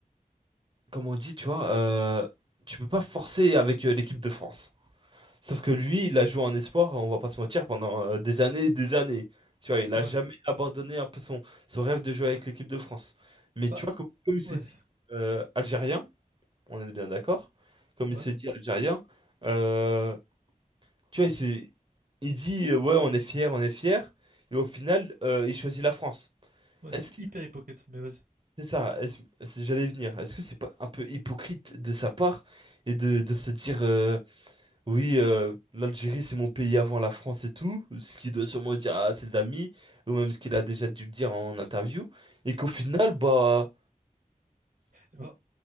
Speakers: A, on the right; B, on the right.
A: comment on dit, tu vois, euh, tu peux pas forcer avec euh, l'équipe de France. Sauf que lui, il a joué en espoir, on va pas se mentir, pendant euh, des années et des années. Tu vois, il a
B: ouais,
A: jamais abandonné un peu son, son rêve de jouer avec l'équipe de France. Mais
B: bah,
A: tu vois, comme, comme il se
B: ouais,
A: dit euh, algérien, on est bien d'accord, comme il
B: ouais,
A: se dit algérien, euh, tu vois, il, s'est- il dit euh, ouais, on est fier, on est fier, et au final, euh, il choisit la France.
B: ouais,
A: Est-ce
B: c'est
A: que
B: hyper hypocrite, mais vas-y.
A: c'est ça? Est-ce- est-ce- j'allais y venir. Est-ce que c'est pas un peu hypocrite de sa part et de, de se dire. euh, oui, euh, l'Algérie, c'est mon pays avant la France et tout, ce qu'il doit sûrement dire à ses amis, ou même ce qu'il a déjà dû le dire en interview, et qu'au final, bah,
B: Eh ben,